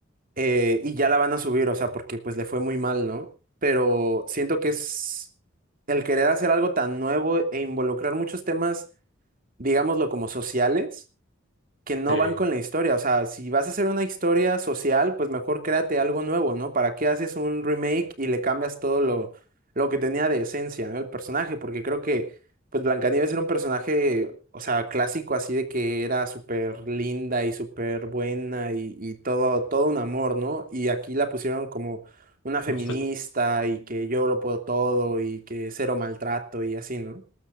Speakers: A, on the right (about 45°); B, on the left (about 85°).
A: eh, y ya la van a subir, o sea, porque pues le fue muy mal, ¿no? Pero siento que es el querer hacer algo tan nuevo e involucrar muchos temas, digámoslo como sociales, que no
B: Sí,
A: van con la historia. O sea, si vas a hacer una historia social, pues mejor créate algo nuevo, ¿no? ¿Para qué haces un remake y le cambias todo lo, lo que tenía de esencia, ¿no? El personaje, porque creo que, pues Blancanieves era un personaje, o sea, clásico, así de que era súper linda y súper buena y, y todo, todo un amor, ¿no? Y aquí la pusieron como una feminista
B: no está
A: y que yo lo puedo todo y que cero maltrato y así, ¿no?